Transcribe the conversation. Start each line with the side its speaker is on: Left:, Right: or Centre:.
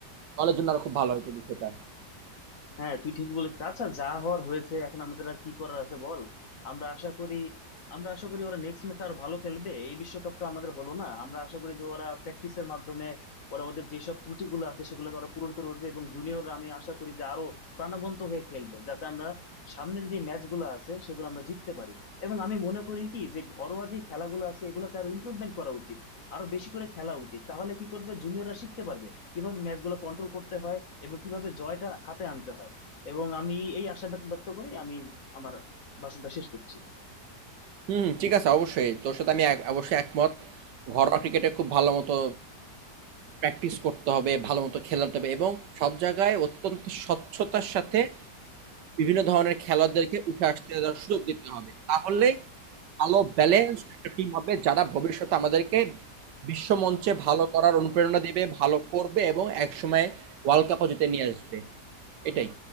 Right: দলের জন্য আরো খুব ভালো হতো বিষয়টা
Left: হ্যাঁ তুই ঠিক বলেছিস আচ্ছা যা হওয়ার হয়েছে এখন আমাদের আর কি করার আছে বল আমরা আশা করি আমরা আশা করি ওরা নেক্সট ম্যাচে আর ভালো খেলবে এই বিশ্বকাপটা আমাদের হলো না আমরা আশা করি যে ওরা প্র্যাকটিসের মাধ্যমে ওরা ওদের যেসব ত্রুটিগুলো আছে সেগুলো ওরা পূরণ করে উঠবে এবং জুনিয়ররা আমি আশা করি যে আরো প্রাণবন্ত হয়ে খেলবে যাতে আমরা সামনের যে ম্যাচগুলো আছে সেগুলো আমরা জিততে পারি এবং আমি মনে করি কি যে ঘরোয়া যে খেলাগুলো আছে এগুলোকে আরো ইমপ্রুভমেন্ট করা উচিত আরো বেশি করে খেলা উচিত তাহলে কি করবে জুনিয়ররা শিখতে পারবে কিভাবে ম্যাচগুলো কন্ট্রোল করতে হয় এবং কিভাবে জয়টা হাতে আনতে হয় এবং আমি এই আশা ব্যক্ত ব্যক্ত করেই আমি আমার ভাষণটা শেষ করছি
Right: হুম ঠিক আছে অবশ্যই তোর সাথে আমি এক- অবশ্যই একমত ঘরোয়া ক্রিকেটে খুব ভালো মতো প্র্যাকটিস করতে হবে ভালো মতো খেলাতে হবে এবং সব জায়গায় অত্যন্ত স্বচ্ছতার সাথে বিভিন্ন ধরনের খেলোয়াড়দেরকে উঠে আসতে দেওয়ার সুযোগ দিতে হবে তাহলে ভালো ব্যালেন্স একটা টিম হবে যারা ভবিষ্যতে আমাদেরকে বিশ্বমঞ্চে ভালো করার অনুপ্রেরণা দিবে ভালো করবে এবং একসময় ওয়ার্ল্ড কাপও জিতে নিয়ে আসবে এটাই